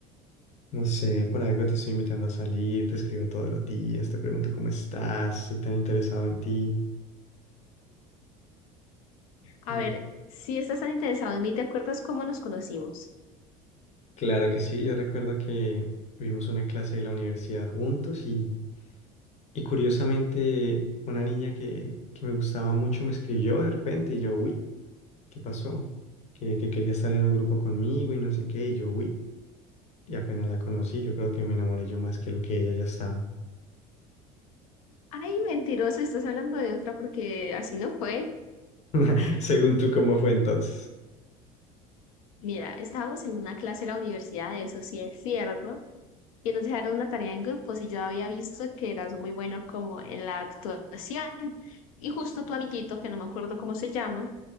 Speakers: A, on the left; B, on the left.
A: No sé, por algo te estoy invitando a salir, te escribo todos los días, te pregunto cómo estás, soy tan interesado en ti.
B: A
A: Mm.
B: ver, si estás tan interesado en mí, ¿te acuerdas cómo nos conocimos?
A: Claro que sí, yo recuerdo que vimos una clase de la universidad juntos y, y curiosamente una niña que, que me gustaba mucho me escribió de repente y yo, uy, ¿qué pasó? Que, que quería estar en un grupo conmigo y no sé qué, y yo, uy, y apenas la conocí, yo creo que me enamoré yo más que lo que ella ya estaba.
B: Ay, mentiroso, estás hablando de otra porque así no fue.
A: <laughs> Según tú, ¿cómo fue entonces?
B: Mira, estábamos en una clase de la universidad, eso sí es cierto. y nos dejaron una tarea en grupos y yo había visto que eras muy bueno como en la actuación y justo tu amiguito, que no me acuerdo cómo se llama,